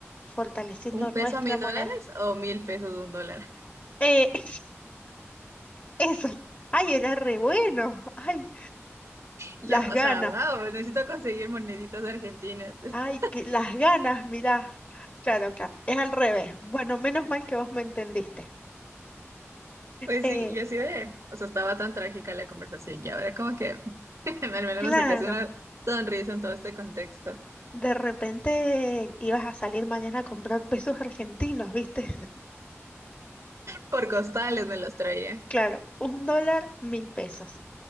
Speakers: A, on the left; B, on the right.
A: fortaleciendo
B: ¿Un peso
A: nuestra
B: a mil
A: moneda.
B: dólares o mil pesos a un dólar?
A: Eh, <laughs> eso, ay, era re bueno, ay,
B: Yo,
A: las
B: o
A: ganas,
B: sea, wow, necesito conseguir moneditas argentinas. <laughs>
A: ay, que las ganas, mirá. Claro, claro, es al revés. Bueno, menos mal que vos me entendiste.
B: Pues
A: Eh,
B: sí, yo así de, o sea, estaba tan trágica la conversación y ahora como que <laughs> al menos
A: claro,
B: me sacaste una sonrisa en todo este contexto.
A: de repente ibas a salir mañana a comprar pesos argentinos, ¿viste? <laughs>
B: Por costales me los traía,
A: Claro, un dólar, mil pesos.